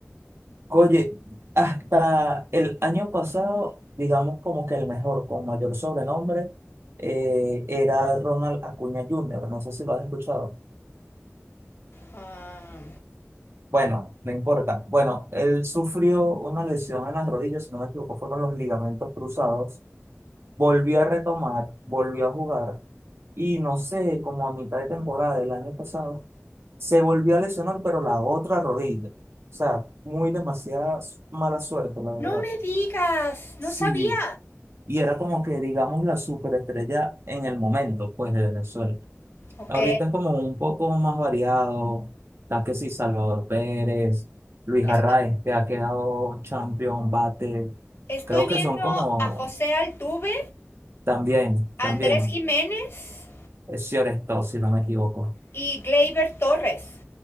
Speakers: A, on the right (about 60°); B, on the left (about 60°).
A: oye, hasta el año pasado, digamos como que el mejor, con mayor sobrenombre, eh, era Ronald Acuña Jr., no sé si lo has escuchado.
B: Ah,
A: Bueno, no importa. Bueno, él sufrió una lesión en las rodillas, si no me equivoco, fueron los ligamentos cruzados Volví a retomar, volví a jugar y no sé, como a mitad de temporada del año pasado, se volvió a lesionar, pero la otra rodilla. O sea, muy demasiada mala suerte, la verdad.
B: no me digas, no
A: Sí,
B: sabía.
A: y era como que, digamos, la superestrella en el momento, pues, de Venezuela.
B: Ok.
A: Ahorita es como un poco más variado. Está que sí, Salvador Pérez, Luis
B: Es-
A: Arraez, que ha quedado champion, bate.
B: Estoy
A: Creo
B: viendo
A: que son como,
B: a José Altuve,
A: también, también.
B: Andrés Jiménez
A: Es Stone, si no me equivoco.
B: y Gleyber Torres.